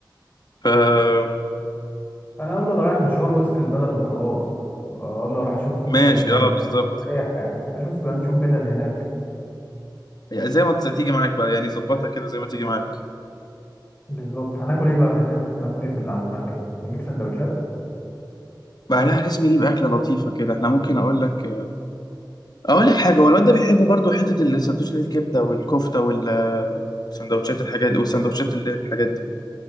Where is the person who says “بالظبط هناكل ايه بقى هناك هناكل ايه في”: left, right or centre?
Left